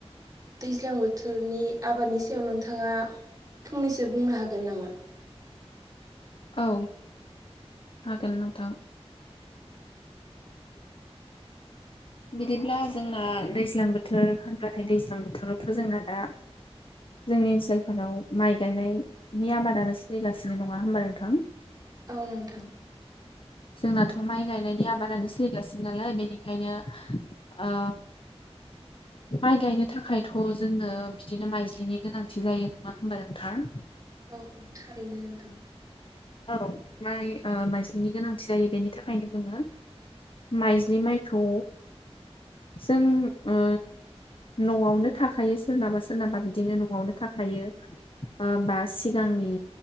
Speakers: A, on the right (about 35°); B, on the left (about 55°).
A: दैज्लां बोथोरनि आबादनि सायाव नोंथाङा फंनैसो बुंनो हागोन नामा?
B: औ हागोन नोंथां।
A: <inaudible>
B: बिदिब्ला जोंना दैज्लां बोथोर होनब्लाथाय दैज्लां बोथोरावथ' जोंना दा जोंनि ओनसोलफोराव माइ गायनायनि आबादानो सोलिगासिनो नङा होमबा नोंथां?
A: औ नोंथां।
B: जोंनाथ' माइ गायनायनि आबादानो सोलिगासिनो नालाय बेनि खायनो ओ माइ गायनो थाखायथ' जोंनो बिदिनो माइज्लिनि गोनांथि जायो नङा होमबा नोंथां?
A: औ औ थारैनो नोंथां।
B: औ माइ ओ माइज्लिनि गोनांथि जायो बेनि थाखायनो जोङो माइज्लि माइखौ जों ओ न'आवनो थाखायो सोरनाबा सोरनाबा बिदिनो न'आवनो थाखायो। बा बा सिगांनि